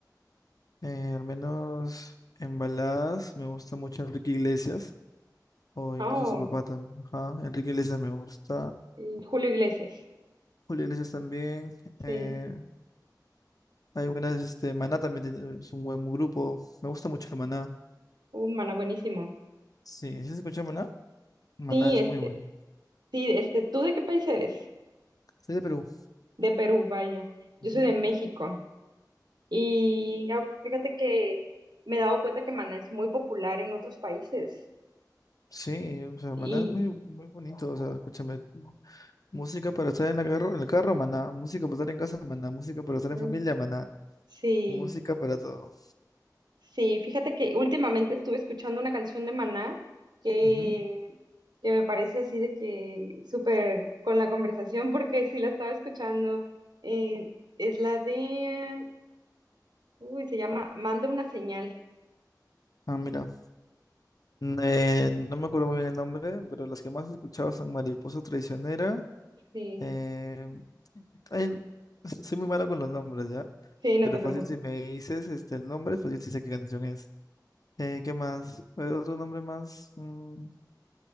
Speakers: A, on the left; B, on the right.
A: eh, al menos en baladas me gusta mucho Enrique Iglesias, o incluso
B: Ah, Oh,
A: su papá también. Ajá, Enrique Iglesias me gusta,
B: y Julio Iglesias.
A: Julio Iglesias también. eh,
B: Sí.
A: hay buenas, este, Maná también tiene- es un buen grupo. Me gusta mucho Maná.
B: Humana, buenísimo.
A: Sí, ¿sí se escucha Maná? Maná
B: Sí,
A: es
B: este,
A: muy bueno.
B: sí, este, ¿tú de qué país eres?
A: Soy de Perú.
B: De Perú, vaya. Yo
A: ujú.
B: soy de México. Y ah, fíjate que me he dado cuenta que Maná es muy popular en otros países.
A: Sí, o sea,
B: Y
A: Maná es muy, muy bonito, o sea, escúchame. Música para estar en la carro, en el carro, maná. Música para estar en casa, maná. Música para estar
B: mm,
A: en familia, maná.
B: sí.
A: Música para todo.
B: Sí, fíjate que últimamente estuve escuchando una canción de Maná que,
A: Ujú.
B: que me parece así de que súper con la conversación, porque sí la estaba escuchando. eh, es la de, uy, se llama Manda una señal.
A: Ah, mira. Eh, no me acuerdo muy bien el nombre, pero las que más he escuchado son Mariposa Traicionera.
B: Sí,
A: eh, ay, soy muy malo con los nombres, ¿ya?
B: sí, no
A: Pero
B: te preocupes,
A: fácil si me dices este, el nombre, fácil si sé qué canción es. Eh, ¿qué más? ¿Hay otro nombre más? Mm,